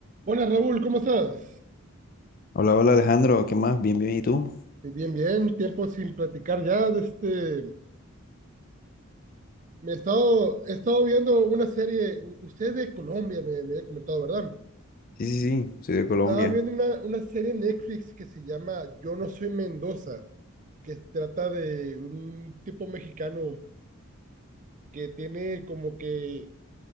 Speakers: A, on the right; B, on the left.
A: Hola Raúl, ¿cómo estás?
B: Hola, hola Alejandro, ¿qué más? Bien, bien, ¿y tú?
A: Eh, Bien, bien, tiempo sin platicar ya. de Este, me he estado, he estado viendo una serie, u- usted es de Colombia, me, me había comentado, ¿verdad?
B: Sí, sí, sí, soy de
A: Estaba
B: Colombia.
A: viendo una, una serie en Netflix que se llama Yo no soy Mendoza, que trata de un tipo mexicano que tiene como que,